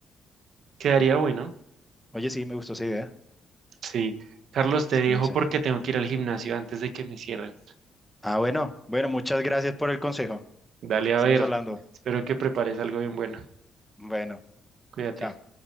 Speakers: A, on the right; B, in the centre.
A: quedaría bueno.
B: Oye, sí, me gustó esa idea.
A: Sí, Carlos, te
B: Sí,
A: dejo
B: lo voy a hacer.
A: porque tengo que ir al gimnasio antes de que me cierren.
B: Ah, bueno, bueno, muchas gracias por el consejo.
A: Dale a
B: Estamos
A: ver.
B: hablando.
A: Espero que prepares algo bien bueno.
B: Bueno,
A: Cuídate.
B: chao.